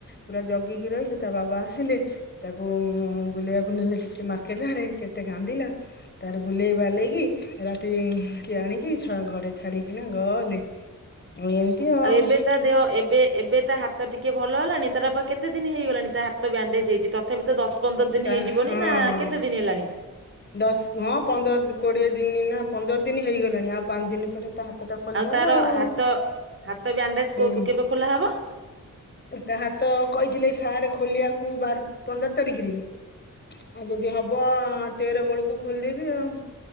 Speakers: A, on the left; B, on the right.
A: ପୁରା ଜଗିକି ରହିଲି ତା ବାବା ଆସିଲେ ତାକୁ ବୁଲେଇବାକୁ ନେଲେ ଟିକେ ମାର୍କେଟ ଆଡେ କେତେ କାନ୍ଦିଲା ତାର ବୁଲେଇ ବାଲେଇକି ରାତି କିଏ ଆଣିକି ଘରେ ଛାଡିକିନା ଗଲେ। ଏମିତି ଆଉ।
B: ଏବେ ତା ଦେହ ଏବେ ଏବେ ତା ହାତ୍ ତ ଟିକେ ଭଲ ହେଲାଣି ତାର ପା କେ କେତେ ଦିନ ହେଇଗଲାଣି ତା ହାତ ବ୍ୟାଣ୍ଡେଜ ହେଇଛି ତଥାପି ତ ଦଶ ପନ୍ଦର ଦିନ
A: ତା
B: ହେଇଯିବନି
A: ହଁ
B: ନା କେତେ ଦିନ ହେଲାଣି
A: ଦଶ ହଁ ପନ୍ଦର କୋଡିଏ ତିନି ଦିନ ନା ପନ୍ଦର ଦିନ ହେଇଗଲାଣି ଆଉ ପାଞ୍ଚ ଦିନ ପରେ ଏ- ତା ହାତଟା ଖୋଲିଦବ
B: ତାର
A: ଆଉ
B: ହାତ ହାତ ବ୍ୟାଣ୍ଡେଜ
A: ହୁଁ
B: କୋ କେବେ ଖୋଲା ହବ
A: ତା ହାତ କହିଥିଲେ ସାରେ ଖୋଲିବାକୁ ବାର ପନ୍ଦର ତାରିଖରେ ଆଉ ଯଦି ହବ ତେର ବେଳକୁ ଖୋଲିଦେବି ଆଉ।